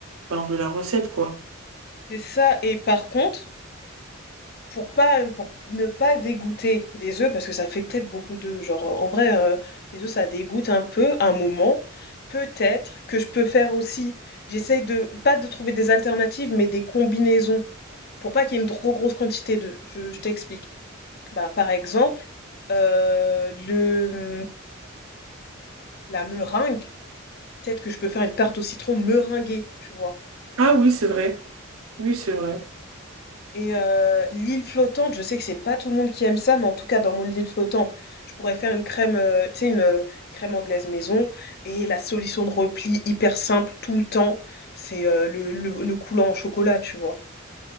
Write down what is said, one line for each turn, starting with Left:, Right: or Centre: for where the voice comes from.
Right: ben, de la recette, quoi.
Left: C'est ça. Et par contre, pour pas, euh, pour ne pas dégoûter des œufs, parce que ça fait peut-être beaucoup d'œufs, genre en vrai, euh, les œufs ça dégoûte un peu un moment. Peut-être que je peux faire aussi. J'essaye de pas de trouver des alternatives, mais des combinaisons. pour pas qu'il y ait une trop grosse quantité d'œufs. Je, je t'explique. Bah, par exemple, euh, le, hum, la meringue, peut-être que je peux faire une tarte au citron meringuée, tu vois.
Right: Ah oui, c'est vrai. Oui, c'est vrai.
Left: Et euh, l'île flottante, je sais que c'est pas tout le monde qui aime ça, mais en tout cas dans mon île flottante, je pourrais faire une crème, euh, tu sais, une, euh, crème anglaise maison. Et la solution de repli hyper simple tout le temps, c'est euh, le, le, le coulant au chocolat, tu vois.